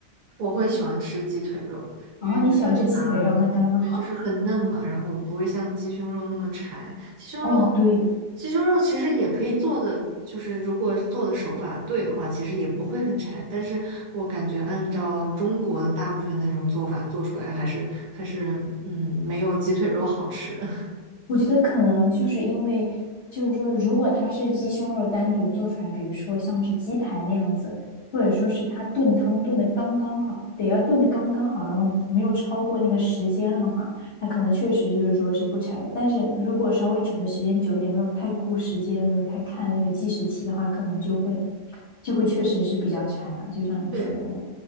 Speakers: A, on the right; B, on the left.
A: 我会喜欢吃鸡腿肉，
B: 然后你喜欢吃鸡腿肉，
A: 因为觉得它，
B: 那刚刚好。
A: 对，就是很嫩嘛，然后不会像鸡胸肉那么柴。鸡胸肉，
B: 哦，对，
A: 鸡胸肉其实也可以做的，就是如果做的手法对的话，其实也不会很柴。但是我感觉按照中国的大部分那种做法做出来，还是还是嗯，没有鸡腿肉好吃。<laughs>
B: 我觉得可能就是因为，就是说，如果它是鸡胸肉单独做出来，比如说像是鸡排那样子，或者说是它炖汤炖的刚刚好，得要炖的刚刚好，然后没有超过那个时间的话，它可能确实就是说是不柴。但是如果稍微煮的时间久一点，没有太顾时间，没有太看那个计时器的话，可能就会就会确实是比较柴啊，就像你说的那样。
A: 对。